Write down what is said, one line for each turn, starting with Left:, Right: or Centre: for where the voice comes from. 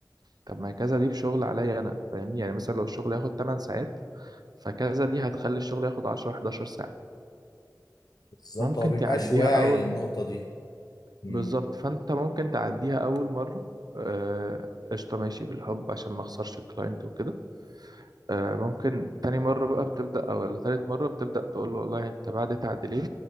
Right: طب ما كذا دي بشغل عليا انا فاهمني يعني مثلا لو الشغل ياخد 8 ساعات فكذا دي هتخلي الشغل ياخد 10 11 ساعة
Left: بالظبط
Right: ممكن
Left: هو مبيبقاش
Right: تعديها
Left: واعي
Right: اول
Left: للنقطة دي مم.
Right: بالظبط فانت ممكن تعديها اول مرة آه، قشطة ماشي بالحب عشان ما اخسرش الكلاينت وكده آه، ممكن تاني مرة بقى بتبدأ او ولا تالت مرة بتبدأ تقول له والله انت بعد تعديلين